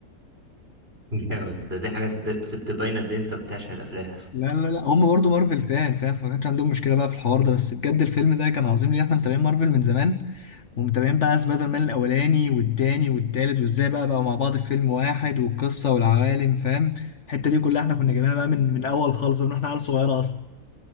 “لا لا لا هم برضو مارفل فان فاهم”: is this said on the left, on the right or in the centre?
Left